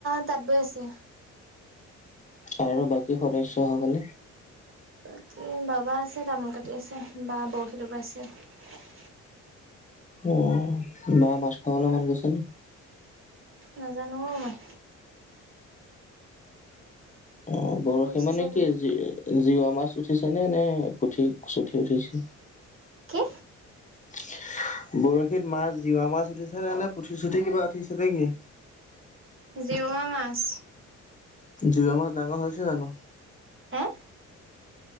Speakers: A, on the right; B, on the left.
A: তাঁত বৈ আছে।
B: আৰু, বাকী সদস্যসকলে?
A: বাকি, বাবা আছে। তামোল কাটি আছে, বা। <unintelligible>
B: অ', বা মাছ খাবলে মন গৈছে নি?
A: নাজানো, অ' মই।
B: অ', বৰশী
A: গৈছে
B: মানে
A: চাগে
B: কি
A: সেইকাৰণে।
B: জি-জিৱা মাছ। উঠিছা নে, নে পুঠি চুঠিয়েই উঠিছে?
A: কি?
B: <unintelligible> বৰশীত মাছ জিৱা মাছ উঠিছে নে, নে পুঠি চুঠি কিবা উঠিছে নেকি?
A: জিৱা মাছ।
B: জিৱা মাছ ডাঙৰ হৈছে জানো?
A: <unintelligible>